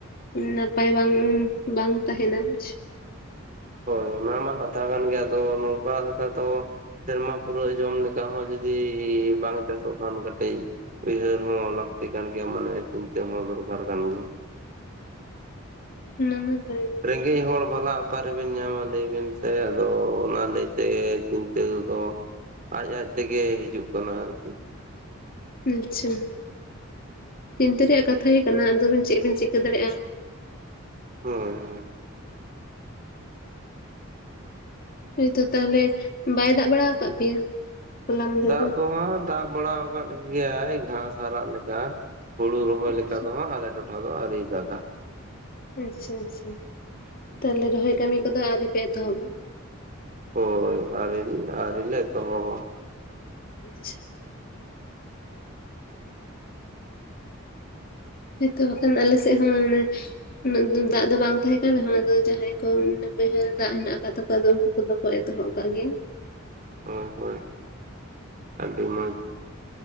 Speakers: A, on the left; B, on the right.
A: ᱱᱟᱯᱟᱭ ᱵᱟᱝ, ᱵᱟᱝ ᱛᱟᱦᱮᱱᱟ ᱵᱩᱡᱽ
B: ᱦᱳᱭ ᱚᱱᱟ ᱢᱟ ᱠᱟᱛᱷᱟ ᱠᱟᱱ ᱜᱮᱭᱟ ᱟᱫᱚ ᱱᱚᱝᱠᱟ ᱞᱮᱠᱟ ᱫᱚ ᱥᱮᱨᱢᱟ ᱯᱩᱨᱟᱹᱜ ᱡᱚᱢ ᱢᱤᱫᱴᱟᱝ ᱦᱚᱸ ᱡᱩᱫᱤ ᱵᱟᱝ ᱪᱟᱥᱚᱜ ᱠᱷᱟᱱ ᱠᱟᱹᱴᱤᱡ ᱩᱭᱦᱟᱹᱨ ᱦᱚᱸ ᱞᱟᱹᱠᱛᱤ ᱠᱟᱱ ᱜᱮᱭᱟ ᱢᱚᱱᱮ ᱨᱮ ᱪᱤᱱᱛᱟᱹ ᱦᱚᱸ ᱫᱚᱨᱠᱟᱨ ᱠᱟᱱ ᱜᱮᱭᱟ
A: ᱚᱱᱟ ᱢᱟ ᱦᱮᱸ
B: ᱨᱮᱸᱜᱮᱡ ᱦᱚᱲ ᱵᱷᱟᱞᱟ ᱚᱠᱟᱨᱮᱵᱤᱱ ᱧᱟᱢᱟ ᱞᱟᱹᱭ ᱵᱤᱱ ᱥᱮ ᱟᱫᱚ ᱚᱱᱟ ᱞᱟᱹᱭ ᱛᱮᱜᱮ ᱪᱤᱱᱛᱟᱹ ᱫᱚ ᱟᱡ ᱟᱡ ᱛᱮᱜᱮ ᱦᱤᱡᱩᱜ ᱠᱟᱱᱟ ᱟᱨᱠᱤ
A: ᱟᱪᱪᱷᱟ ᱪᱤᱱᱛᱟᱹ ᱨᱮᱭᱟᱜ ᱠᱟᱛᱷᱟ ᱜᱮ ᱠᱟᱱᱟ ᱟᱫᱚᱵᱮᱱ ᱪᱮᱜ ᱵᱮᱱ ᱪᱤᱠᱟᱹ ᱫᱟᱲᱮᱭᱟᱜᱼᱟ
B: ᱦᱚᱸ ᱦᱚᱸ
A: ᱦᱳᱭ ᱛᱚ ᱛᱟᱦᱞᱮ ᱵᱟᱭ ᱫᱟᱜ ᱵᱟᱲᱟ ᱟᱠᱟᱫ ᱯᱮᱭᱟ ᱦᱚᱞᱟ ᱢᱟᱫᱷᱮᱨ
B: ᱫᱟᱜ ᱫᱚ ᱦᱟᱸᱜ ᱫᱟᱜ ᱵᱟᱲᱟ ᱟᱠᱟᱫ ᱜᱮᱭᱟᱭ ᱜᱷᱟᱸᱥ ᱦᱟᱨᱟᱜ ᱞᱮᱠᱟ᱾ ᱦᱩᱲᱩ ᱨᱚᱦᱚᱭ
A: ᱟᱪᱪᱷᱟ
B: ᱞᱮᱠᱟ ᱫᱚ ᱦᱟᱸᱜ ᱟᱞᱮ ᱴᱚᱴᱷᱟ ᱫᱚ ᱟᱹᱣᱨᱤᱭ ᱫᱟᱜᱟ
A: ᱟᱪᱪᱷᱟ ᱟᱪᱪᱷᱟ ᱛᱟᱦᱞᱮ ᱨᱚᱦᱚᱭ ᱠᱟᱹᱢᱤ ᱠᱚᱫᱚ ᱟᱹᱣᱨᱤ ᱯᱮ ᱮᱛᱚᱦᱚᱵᱟ
B: ᱦᱳᱭ ᱟᱹᱣᱨᱤ, ᱟᱹᱣᱨᱤ ᱞᱮ ᱮᱛᱚᱦᱚᱵᱟ
A: ᱟᱪᱪᱷᱟ ᱦᱳᱭᱛᱚ ᱵᱟᱠᱷᱟᱱ ᱟᱞᱮ ᱥᱮᱫ ᱦᱚᱸ ᱢᱟᱱᱮ ᱩᱱᱟᱹᱜ ᱫᱟᱜ ᱫᱚ ᱵᱟᱝ ᱛᱟᱦᱮᱸ ᱠᱟᱱ ᱨᱮᱦᱚᱸ ᱟᱫᱚ ᱡᱟᱦᱟᱸᱭ ᱠᱚ ᱵᱟᱹᱭᱦᱟᱹᱲ ᱨᱮ ᱫᱟᱜ ᱦᱮᱱᱟᱜ ᱟᱠᱟᱫ ᱛᱟᱠᱚᱣᱟ ᱟᱫᱚ ᱩᱱᱠᱩ ᱠᱚᱫᱚ ᱠᱚ ᱮᱛᱚᱦᱚᱵ ᱠᱟᱜ ᱜᱮᱭᱟ
B: ᱦᱳᱭ ᱦᱳᱭ ᱟᱹᱰᱤ ᱢᱚᱡᱽ